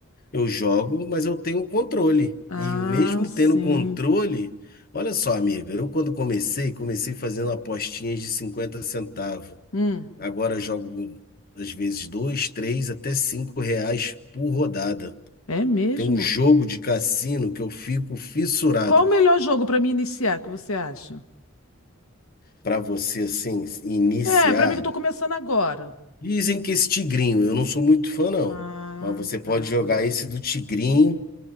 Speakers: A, on the left (about 45°); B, on the left (about 80°).
A: Eu jogo, mas eu tenho controle.
B: Ah,
A: E mesmo
B: sim.
A: tendo controle, olha só, amiga, eu quando comecei, comecei fazendo apostinhas de 50 centavos.
B: Hum.
A: Agora eu jogo às vezes dois, três, até cinco reais por rodada.
B: É mesmo?
A: Tem um jogo de cassino que eu fico fissurado
B: Qual o melhor jogo para me iniciar, que você acha?
A: para você assim iniciar.
B: É, para mim que eu tô começando agora.
A: Dizem que esse tigrinho, eu não sou muito fã não,
B: Ah,
A: mas você pode
B: tá.
A: jogar esse do tigrinho